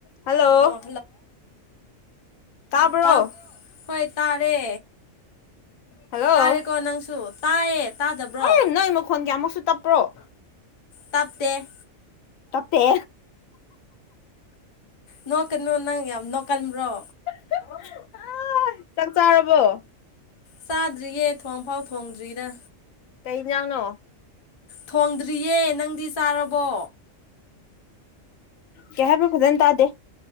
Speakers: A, on the left; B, on the left.
A: hello
B: ꯑꯣ
A: ꯇꯥꯕ꯭ꯔꯣ
B: ꯇꯞ ꯍꯣꯏ ꯇꯥꯔꯦ
A: ꯍꯜꯂꯣ
B: ꯇꯥꯔꯦꯀꯣ ꯅꯪꯁꯨ ꯇꯥꯏꯌꯦ ꯇꯥꯗꯕ꯭ꯔꯣ
A: ꯑꯦ ꯅꯣꯏ ꯃꯈꯣꯟ ꯀꯌꯥꯃꯨꯛꯁꯨ ꯇꯞꯄ꯭ꯔꯣ
B: ꯇꯞꯇꯦ
A: ꯇꯠꯇꯦ
B: ꯅꯣꯛ ꯀꯩꯅꯨ ꯅꯪ ꯌꯥꯝ ꯅꯣꯛ ꯀꯟꯕ꯭ꯔꯣ
A: ꯑ ꯆꯥꯛ ꯆꯥꯔꯕꯣ
B: ꯆꯥꯗ꯭ꯔꯤꯌꯦ ꯊꯣꯡꯐꯥꯎ ꯊꯣꯡꯗ꯭ꯔꯤꯗ
A: ꯀꯩ ꯍꯤꯟꯖꯥꯡꯅꯣ
B: ꯊꯣꯡꯗ꯭ꯔꯤꯌꯦ ꯅꯪꯗꯤ ꯆꯥꯔꯕꯣ
A: ꯀꯩ ꯍꯥꯏꯕ ꯐꯖꯅ ꯇꯗꯦ